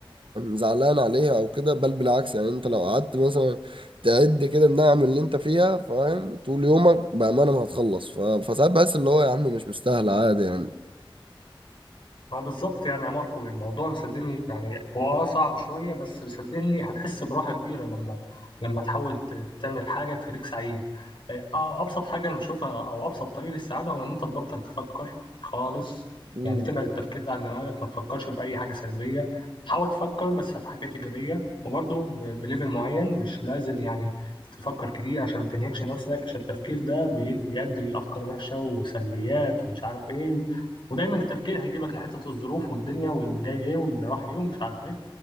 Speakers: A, on the right; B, on the left.
A: زعلان عليها أو كده بل بالعكس يعني أنت لو قعدت مثلا تعد كده النعم اللي أنت فيها فاهم طول يومك بأمانة ما هتخلص ف- فساعات بحس اللي هو يا عم مش مستاهلة عادي
B: ما بالظبط يعني يا ماركو الموضوع بيصدقني يعني هو اه صعب شوية بس بيصدقني هتحس براحة كبيرة لما لما تحاول ت- تعمل حاجة تخليك سعيد إيه، اه أبسط حاجة أنا بشوفها أو أبسط طريق للسعادة هو إن أنت تبطل تفكر خالص
A: يعني
B: يعني تبعد التفكير ده عن دماغك ما تفكرش في أي حاجة سلبية تحاول تفكر بس في حاجات إيجابية وبرضه ب- بليفل معين مش لازم يعني تفكر كتير عشان ما تنهكش نفسك عشان التفكير ده بي- بيؤدي لأفكار وحشة وسلبيات ومش عارف إيه ودايما التفكير هيجيبك لحتة الظروف والدنيا واللي جاي ايه واللي راح ايه ومش عارف ايه